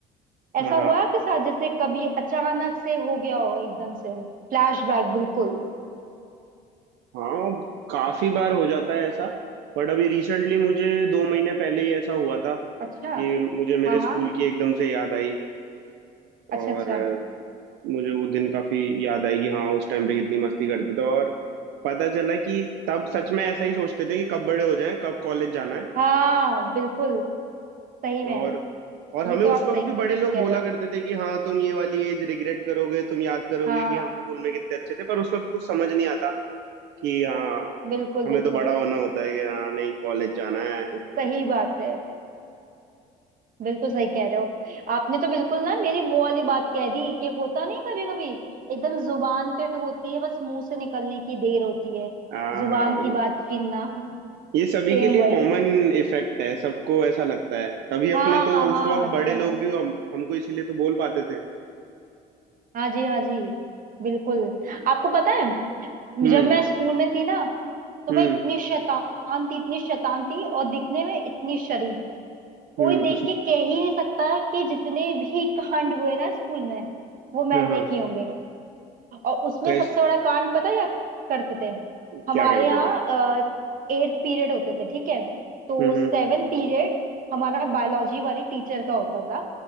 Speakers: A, on the right; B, on the right.
A: ऐसा
B: हाँ
A: हुआ
B: हाँ
A: है आपके साथ जैसे कभी अचानक से हो गया हो एकदम से फ्लैशबैक बिल्कुल
B: हाँ काफी बार हो जाता है ऐसा बट अभी रिसेंटली मुझे दो महीने पहले ही ऐसा हुआ था कि
A: अच्छा
B: मुझे मेरे
A: हाँ हाँ
B: स्कूल की एकदम से याद आई
A: अच्छा
B: और
A: अच्छा
B: अ, मुझे वो दिन काफी याद आई कि हाँ उस टाइम पे कितनी मस्ती करते थे और पता चला कि तब सच में ऐसा ही सोचते थे कि कब बड़े हो जाएं कब कॉलेज जाना है
A: हाँ बिल्कुल सही में
B: और और हमें
A: ये तो
B: उस
A: आप
B: वक्त
A: सही
B: भी
A: कह
B: बड़े लोग बोला
A: रहे हो
B: करते थे कि हाँ तुम ये वाली एज रिग्रेट करोगे तुम याद करोगे
A: हाँ
B: कि हम स्कूल में कितने अच्छे थे पर उस वक्त कुछ समझ नहीं आता कि हाँ
A: बिल्कुल
B: हमें
A: बिल्कुल
B: तो बड़ा होना होता है कि हाँ नहीं कॉलेज जाना है
A: सही बात है बिल्कुल सही कह रहे हो आपने तो बिल्कुल ना मेरी वो वाली बात कह दी कि होता नहीं कभी कभी एकदम जुबान पे होती है बस मुंह से निकलने की देर होती है
B: हाँ
A: जुबान
B: हाँ
A: की बात छीनना <laughs>
B: ये सभी
A: सेम
B: के लिए
A: वही
B: कॉमन इफेक्ट है सबको ऐसा लगता है तभी अपने
A: हाँ
B: तो
A: हाँ
B: उस वक्त
A: सही
B: बड़े लोग
A: में
B: भी हम, हमको इसीलिए तो बोल पाते थे
A: हाँ जी हाँ जी बिल्कुल आपको पता है
B: हम्म
A: जब मैं स्कूल में थी ना तो
B: हम्म
A: मैं इतनी शैतान थी इतनी शैतान थी और दिखने में इतनी शरीफ कोई
B: हम्म
A: देख
B: <laughs>
A: के कह ही नहीं सकता कि जितने भी कांड हुए ना स्कूल में वो मैंने
B: हाँ हाँ
A: किए होंगे और उसमें
B: कैस
A: सबसे बड़ा कांड पता है या करते थे हमारे
B: क्या करते
A: यहाँ
B: थे
A: एट्थ पीरियड होते थे ठीक है तो
B: हम्म
A: सेवन
B: हम्म
A: पीरियड हमारा बायोलॉजी वाली टीचर का होता था